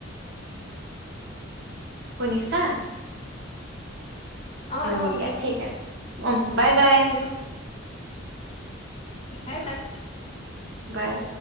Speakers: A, on the right; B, on the left.
A: শুনিছাঁ?
B: অ',
A: উম
B: অ',
A: দিয়া ঠিক আছে উ bye bye.
B: Okay bye bye.
A: বাই